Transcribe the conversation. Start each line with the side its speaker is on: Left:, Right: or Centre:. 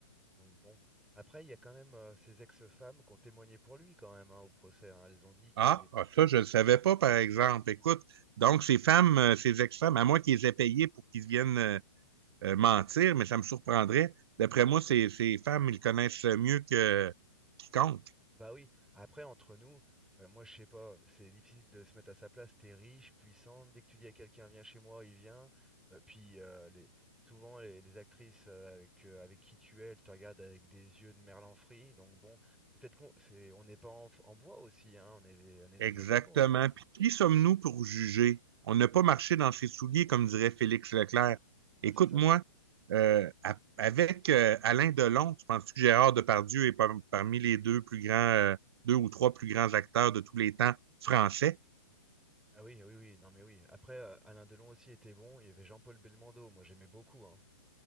Centre: Donc bon. Après, il y a quand même euh, ces ex-femmes qui ont témoigné pour lui quand même hein, au procès. hein. Elles ont dit qu'il
Right: Ah,
Centre: était
Right: ah, ça, je ne le savais pas, par exemple. Écoute, donc ces femmes, euh, ces ex-femmes, à moins qu'ils les aient payées pour qu'ils viennent euh, euh, mentir, mais ça me surprendrait. D'après moi, ces, ces femmes, ils connaissent mieux que quiconque.
Centre: Bah oui, après entre nous, euh, moi je sais pas, c'est difficile de se mettre à sa place, t'es riche, puissant, dès que tu dis à quelqu'un viens chez moi, il vient. Euh, puis euh, les, souvent les, les actrices euh, avec, euh, avec qui tu es, elles te regardent avec des yeux de merlan frit, donc bon, c'est peut-être qu'on c'est, on n'est pas en, f- en bois aussi, hein, on est des, on est des
Right: Exactement.
Centre: animaux, hein,
Right: Puis qui sommes-nous pour juger? On n'a pas marché dans ses souliers, comme dirait Félix Leclerc.
Centre: Hein,
Right: Écoute-moi,
Centre: c'est ça?
Right: euh, à- avec euh, Alain Delon, tu penses que Gérard Depardieu est par- parmi les deux plus grands, euh, deux ou trois plus grands acteurs de tous les temps français?
Centre: Ah oui, oui, oui, non mais oui. Après, euh, Alain Delon aussi était bon, il y avait Jean-Paul Belmondo, moi j'aimais beaucoup, hein.